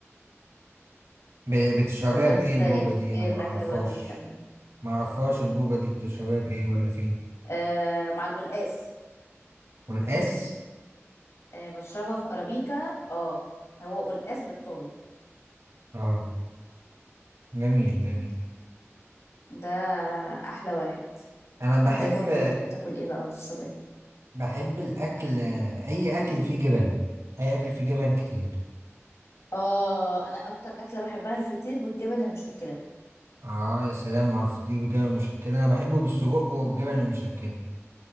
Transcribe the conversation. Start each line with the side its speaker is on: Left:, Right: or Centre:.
Right: ب- بتشربيها
Left: طب انت
Right: بإيه البوبة
Left: ايه
Right: دي أنا
Left: إيه
Right: ما
Left: الاكل
Right: أعرفهاش
Left: بقى اللي بتحبه
Right: ما أعرفهاش البوبة دي بتشربيها بإيه ولا فين
Left: آه مع القلقاس
Right: والقاس
Left: آه بشربها في ارابيكا اه هو قلقاس بالذرة
Right: اه جميل جميل
Left: ده احلى واحد
Right: أنا بحب
Left: انت قولي بتحب تاكل ايه بقى ولا تشرب ايه
Right: بحب الأكل أي أكل فيه جبن أي أكل فيه جبن كتير
Left: اه انا اكتر اكله بحبها الفطير بالجبن المشكله
Right: آه يا سلام على الفطير بالجبن المشكلة أنا بحبه بالسجق والجبن المشكلة